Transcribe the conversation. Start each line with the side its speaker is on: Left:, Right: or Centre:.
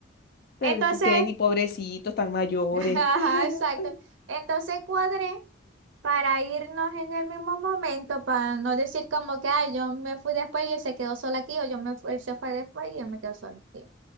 Left: Pero
Right: Entonces,
Left: porque ni pobrecitos tan mayores.
Right: <laughs> ajá,
Left: <laughs>
Right: exacto. Entonces cuadré. para irnos en el mismo momento, para no decir como que, ay, yo me fui después y él se quedó solo aquí, o yo me, fu- él se fue después y él me quedó solo aquí.